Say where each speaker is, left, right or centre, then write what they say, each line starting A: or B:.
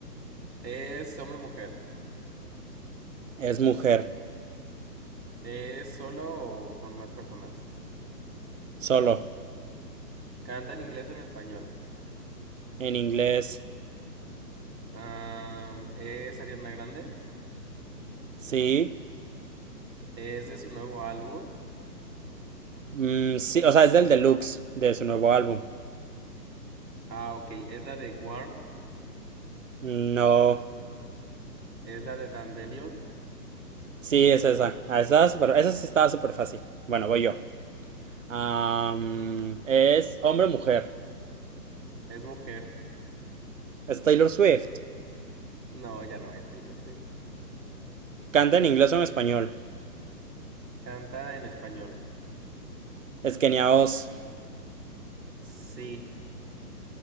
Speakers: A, on the right; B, on the right.
A: ¿Es hombre o mujer?
B: Es mujer,
A: ¿Es solo o con más personas?
B: solo,
A: ¿Canta en inglés o en español?
B: en inglés.
A: Am, ¿es Ariana Grande?
B: Sí,
A: ¿Es de su nuevo álbum?
B: Mm, sí, o sea, es del deluxe de su nuevo álbum.
A: Ah, ok. ¿Es la de Warm?
B: No,
A: ¿Es la de Dandelion?
B: sí, es esa. Ah, Esa, es súper- esa sí estaba súper fácil. Bueno, voy yo. Am, es hombre o mujer.
A: ¿Es mujer?
B: Es Taylor Swift.
A: No, ya no es Taylor Swift.
B: Canta en inglés o en español.
A: Canta en español.
B: Es Kenia Oz.
A: Sí. <laughs>